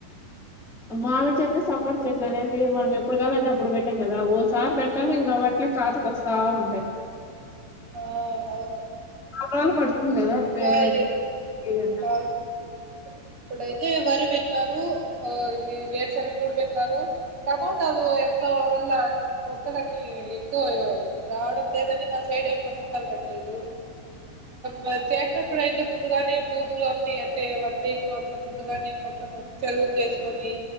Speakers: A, in the centre; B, on the right.
A: అ మామిడి సు సపోట చెట్లానేది మన ఇప్పుడు కావాలంటే అప్పుడు పెట్టాం కదా ఓసారి పెడతాము ఇంగ వాట్లే కాాతకొస్తా ఉంటాయి
B: ఆ అవును
A: కూరగాయలు, పండ్లు ఇది కదా
B: ఇంగా
A: పెద్ద
B: ఈ
A: <inaudible>
B: అవును. ఇప్పుడైతే వరి పెట్టినారు. ఆ వి వేరుశనగ కూడా పెట్టినారు టమోటాలు ఎండ్ల వల్ల మొక్కలని ఎక్కువ రావడం లేదని మా సైడ్ ఎం టమోటాలు పెట్టలేదు మ చేసినప్పుడయితే ముందుగానే భూములు అన్నిీ అంటే వన్ వీక్ అట్లా ముందుగానే మొత్తం చదును చేసుకొని